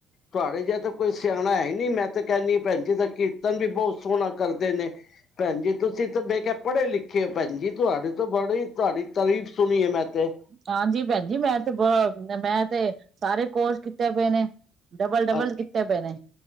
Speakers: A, on the left; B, on the right.
A: ਤੁਹਾੜੇ ਜਿਹਾ ਤਾਂ ਕੋਈ, ਸਿਆਣਾ ਹੈ ਨੀ ਮੈਂ ਤੇ ਕਹਿੰਦੀ ਭੈਣ ਜੀ ਦਾ ਕੀਰਤਨ ਵੀ ਬਹੁਤ ਸੋਹਣਾ ਕਰਦੇ ਨੇ ਪੈਣ ਜੀ ਤੁਸੀਂ ਤੇ ਬੇ ਕਿਹਾ ਪੜ੍ਹੇ ਲਿਖੇ ਹੋ ਪੈਣ ਜੀ, ਤੁਹਾਡੇ ਤੋਂ ਬੜੀ ਤੁਹਾਡੀ ਤਾਰੀਫ਼ ਸੁਣੀ ਏ ਮੈਂ ਤੇ
B: ਹਾਂਜੀ ਭੈਣ ਜੀ, ਮੈਂ ਤੇ ਬ ਮੈਂ ਤੇ ਸਾਰੇ ਕੋਰਸ ਕੀਤੇ ਪਏ ਨੇ। ਡਬਲ-ਡਬਲ
A: ਅੱ
B: ਕੀਤੇ ਪਏ ਨੇ।